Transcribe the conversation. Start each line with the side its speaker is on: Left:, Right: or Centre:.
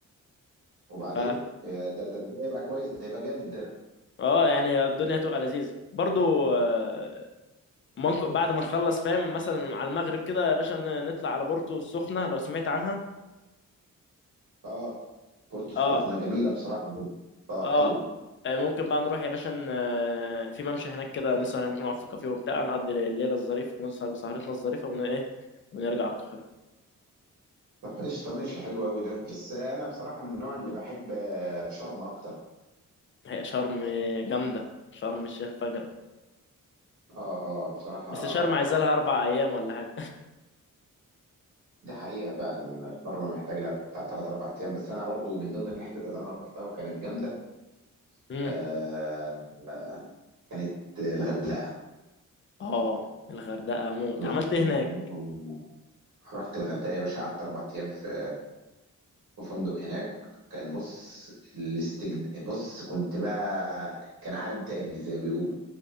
Right: وبعدين
Left: ف
Right: يا ده ده ده هيبقى كويس ده هيبقى جامد ده
Left: اه يعني الدنيا تبقى لذيذ برضو آه، ممكن بعد ما نخلص فاهم مثلا على المغرب كده يا باشا ن- نطلع على بورتو السخنه لو سمعت عنها
Right: اه بورتو
Left: اه
Right: السخنه جميله بصراحه اه
Left: اه
Right: حلو
Left: آه، ممكن بقى نروح يا باشا ن- آه، في ممشى هناك كده نسهر هناك نقعد في كافيه وبتاع نقضي الليله الظريفه ونسهر سهرتنا الظريفه ون ايه ونرجع القاهره
Right: طب قشطة ماشي حلو أوي ده بس أنا بصراحة من النوع اللي بحب آه، شرم أكتر
Left: هي شرم جامدة شرم الشيخ فجرة
Right: آه آه بصراحة
Left: بس شرم عايزة لها أربع أيام ولا حاجة
Right: دي حقيقة فعلا شرم محتاج لها بتاع تلات أربع أيام بس أنا برضو من ضمن الحتت اللي أنا رحتها وكانت جامدة
Left: امم
Right: آه آه، كانت الغردقة
Left: اه الغردقة موت
Right: الغردقة
Left: عملت ايه هناك؟
Right: بصراحة رحت الغردقة يا باشا قعدت أربع أيام في في فندق هناك كان بص الاستجد بص كنت بقى كان عالم تاني زي ما بيقولوا